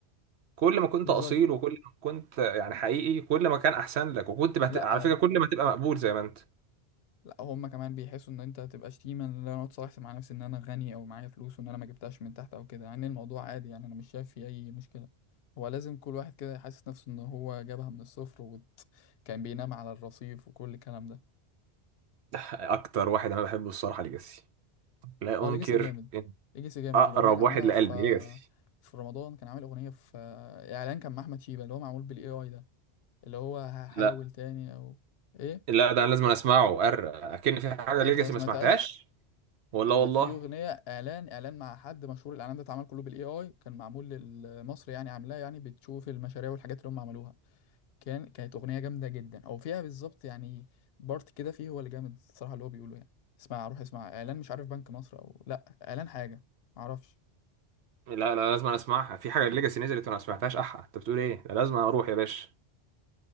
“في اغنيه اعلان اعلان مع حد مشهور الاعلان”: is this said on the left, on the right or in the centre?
Left